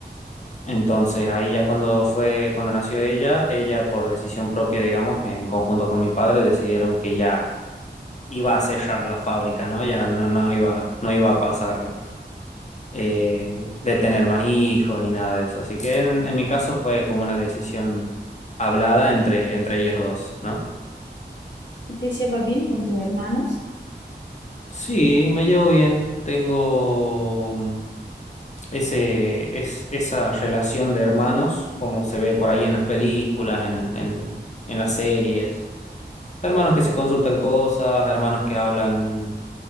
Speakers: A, on the left; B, on the left.
A: Entonces ahí ya cuando fue, cuando nació ella, ella por decisión propia, digamos, en conjunto con mi padre, decidieron que ya iba a cerrar la fábrica, ¿no? Ya no, no iba, no iba a pasar eh, de tener más hijos ni nada de eso. Así que en, en mi caso fue como una decisión hablada entre, entre ellos dos, ¿no?
B: ¿Te llevas bien con tus hermanos?
A: Sí, me llevo bien. Tengo mm, ese, es, esa relación de hermanos, como se ve por ahí en las películas, en, en, en las series. Hermanos que se consultan cosas, hermanos que hablan